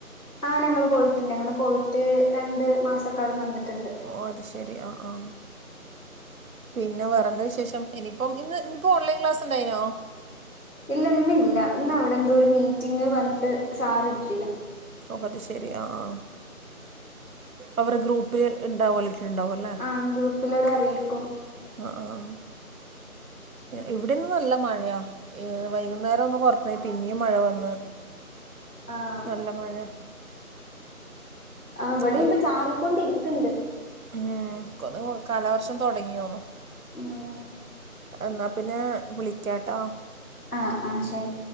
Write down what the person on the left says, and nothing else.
ആ ഞങ്ങൾ പോയിട്ടുണ്ട് ഞങ്ങൾ പോയിട്ട് രണ്ട് മാസക്കാട് നിന്നിട്ടുണ്ട്.
ഇല്ല ഇന്നില്ല ഇന്ന് അവിടെ എന്തോ ഒരു മിറ്റിങ് വന്നിട്ട് സാർ എടുത്തില്ല.
ആ ഗ്രൂപ്പിലുടെ അറിയിക്കും.
ആഹ്
അ ഇവിടെയും
ഇപ്പ ചാറിക്കൊണ്ടിരിക്കണ്ട്.
ഉം
ആ ആ ശരി